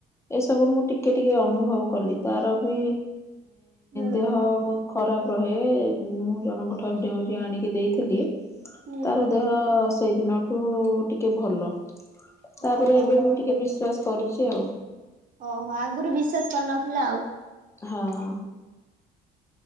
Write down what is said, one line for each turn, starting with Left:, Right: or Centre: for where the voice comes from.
Left: ଏସବୁ ମୁଁ ଟିକେ ଟିକେ ଅନୁଭବ କଲି। ତାର ବି
Right: ହୁଁ
Left: ଦେହ ବହୁତ୍ ଖରାପ ରହେ। ମୁଁ ଜଣଙ୍କ ଠାରୁ ଢେଉଁରିଆ ଆଣିକି ଦେଇଥିଲି
Right: ହୁଁ।
Left: ତାର ଦେହ ସେଇଦିନଠୁ ଟିକେ ଭଲ। ତାପରେ
Right: ଓହୋ
Left: ଏବେ ମୁଁ ଟିକେ ବିଶ୍ଵାସ କରୁଚି ଆଉ।
Right: ଓହୋ ଆଗରୁ ବିଶ୍ଵାସ କରିନଥିଲା ଆଉ।
Left: ହଁ।